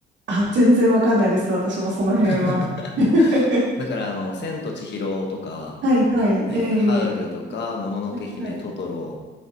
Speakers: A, on the right; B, on the left.
A: あ、全然わかんないです。私もその辺は。
B: <laughs>
A: <laughs>
B: だから、あの、千と千尋とか、
A: はいはい。
B: えーハウルとか、
A: ええええ
B: もののけ姫、
A: はいはい。
B: トトロ、